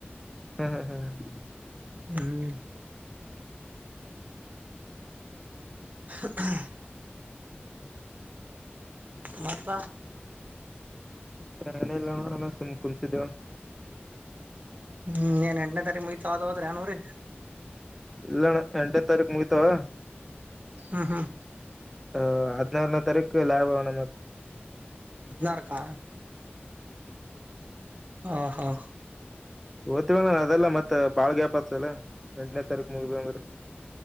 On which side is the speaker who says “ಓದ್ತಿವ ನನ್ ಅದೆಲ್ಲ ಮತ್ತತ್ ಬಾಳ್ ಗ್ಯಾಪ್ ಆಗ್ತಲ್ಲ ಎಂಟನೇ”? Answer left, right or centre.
Centre